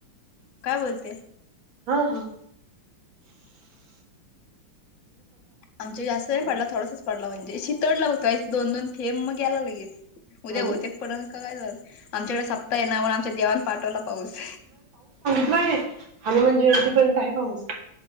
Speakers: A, on the left; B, on the right.
A: काय बोलते?
B: आ हं.
A: आमच्या जास्त
B: चांगला.
A: नाही पडला, थोडासाच. पडला म्हणजे शितडला होता दोन -दोन थेबं मग गेला लगेच, उद्या
B: हा ना
A: बहुतेक पडन का काय जोरात आमच्याकडे सप्ताह आहे ना, म्हणुन आमच्या देवान पाठवला पाऊस.
B: नाही ये आणि म्हणजे इथेपर्यंत आहे पाऊस.